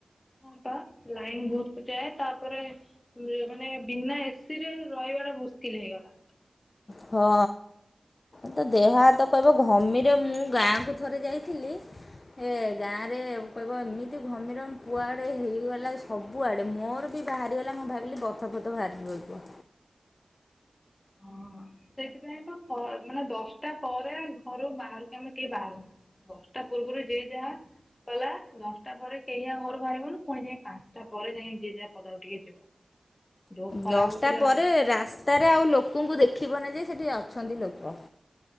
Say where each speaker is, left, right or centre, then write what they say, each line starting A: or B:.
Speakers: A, on the left; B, on the left.
A: ହଁ ପା ଲାଇନ୍ ବହୁତ ଯାଏ, ତାପରେ ମାନେ ବିନା ଏସି ରେ ରହ <unintelligible> ମୁସ୍କିଲ ହେଇଗଲା।
B: ହଁ ତ ଦେହ ହାତ କହିବ ଘମିର ମୁଁ ଗାଁକୁ ଥରେ ଯାଇଥିଲି ଏ ଗାଁରେ <unintelligible> ଏମିତି ଘମୀରମ କୁଆଡ଼େ ହେଇଗଲା ସବୁଆଡେ ମୋର ବି ବାହାରିଗଲା ମୁଁ ଭାବିଲି ବଥ ଫଥ ବାହାରିଛି ବୋଧେ।
A: ହଁ ସେଇଥିପାଇଁ ତ ମାନେ ଦଶଟା ପରେ ଘରୁ ବାହାର ଆମେ କେହି ବାହାରୁନା ଦଶଟା ପୂର୍ବରୁ ଯିଏ ଯାହା ଗଲା ଦଶଟା ପରେ କେହି ଆଉ ଘରୁ ବାହାରିବୁନି, ପୁଣି ଯାଇ ପାଞ୍ଚଟା ପରେ ଯାଇ ଯିଏ ଯା ପଦାକୁ ଟିକେ ଯିବ। ଯୋଉ ଖରା
B: ଦଶଟା
A: ହଉଥିଲା
B: ପରେ ରାସ୍ତାରେ ଆଉ ଲୋକ ଙ୍କୁୁ ଦେଖିବନି ଯେ ସେଠି ଅଛନ୍ତି ଲୋକ